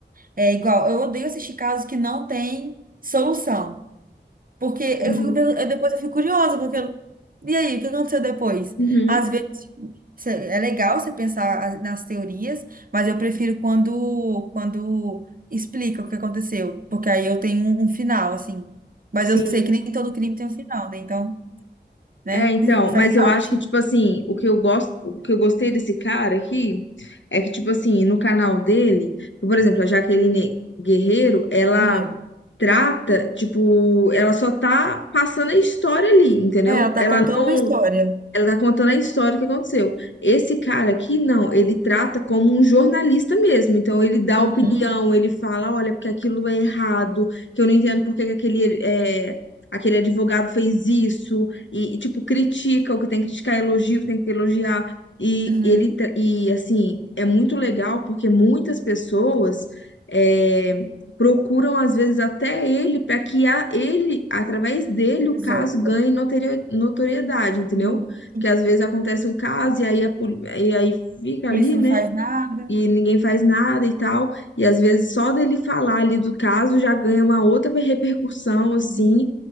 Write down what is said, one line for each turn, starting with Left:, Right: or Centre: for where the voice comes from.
Right: É igual, eu odeio assistir casos que não tem solução. Porque
Left: Uhum.
Right: eu fico, pergun- eu- depois eu fico curiosa, porque eu- e aí, o que aconteceu depois?
Left: Uhum.
Right: Às vezes cê- é legal você pensar as- nas teorias, mas eu prefiro quando quando explica o que aconteceu, porque aí eu tenho um, um final, assim. Mas
Left: Sim.
Right: eu sei que nem todo crime tem um final, né? Então, né?
Left: É, então,
Right: <laughs> Faz
Left: mas
Right: parte
Left: eu acho que, tipo assim, o que eu gosto, o que eu gostei desse cara aqui é que, tipo assim, no canal dele, por exemplo, a Jaqueline Guerreiro, ela
Right: do enredo.
Left: trata, tipo, ela só tá passando a história ali, entendeu?
Right: É, ela tá
Left: Ela
Right: contando uma história.
Left: Ela tá contando a história que aconteceu. Esse cara aqui, não, ele trata como um jornalista mesmo. Então, ele dá
Right: Uhum,
Left: opinião, ele fala, olha, porque aquilo é errado, que eu não entendo porque que aquele, é, aquele advogado fez isso. E, e, tipo, critica o que tem que criticar, elogia o que tem que elogiar. E,
Right: uhum.
Left: ele, tra- e, assim, é muito legal porque muitas pessoas... é, procuram às vezes até ele para que a ele através dele o
Right: Resolva.
Left: caso ganhe notorio- notoriedade, entendeu?
Right: Uhum. Sim.
Left: Porque às vezes acontece um caso e aí, a poli- e aí fica
Right: A
Left: ali,
Right: polícia
Left: né?
Right: não faz nada.
Left: E ninguém faz nada e tal. E às vezes só dele falar ali do caso já ganha uma outra repercussão, assim.
Right: Uhum.